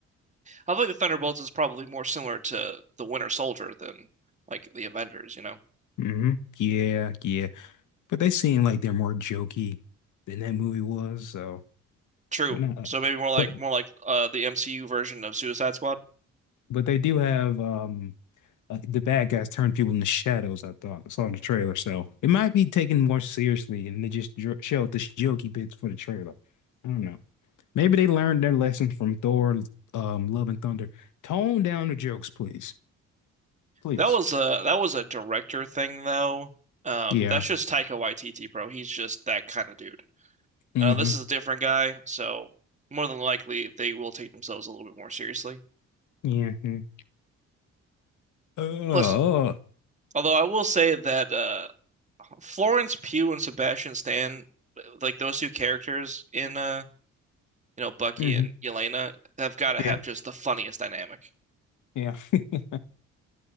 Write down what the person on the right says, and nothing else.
I think the Thunderbolts is probably more similar to the Winter Soldier than like the Avengers, you know?
True.
So maybe more like
more like uh the MCU version of Suicide Squad.
That was a that was a director thing though. Um,
that's just Taika Waititi, bro. He's just that kind of dude.
Uh, this is a different guy, so more than likely they will take themselves a little bit more seriously.
Plus, although I will say that uh, Florence Pugh and Sebastian Stan, like those two characters in uh, you know, Bucky
and Yelena have got to
have just the funniest dynamic.